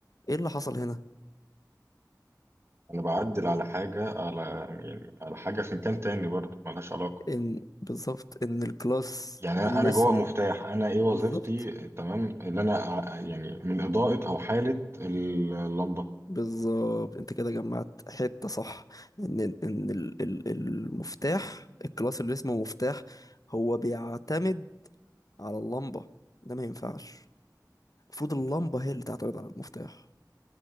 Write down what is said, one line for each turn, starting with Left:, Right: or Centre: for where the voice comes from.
Left: ايه اللي حصل هنا
Right: انا بعدل على حاجة على يعني على حاجة في مكان تاني برضه ملهاش علاقة
Left: ان بالظبط ان الكلاس
Right: يعني انا
Left: اللي
Right: أنا
Left: اسمه
Right: جوه مفتاح انا ايه وظيفتي
Left: بالظبط
Right: تمام اللي انا ع- يعني من اضاءة او حالة اللمبة
Left: بالظبط انت كده جمعت حته صح ان ال- ان ال- ال- المفتاح الكلاس اللي اسمه مفتاح هو بيعتمد على اللمبه ده ما ينفعش المفروض اللمبه هي اللي تعتمد على المفتاح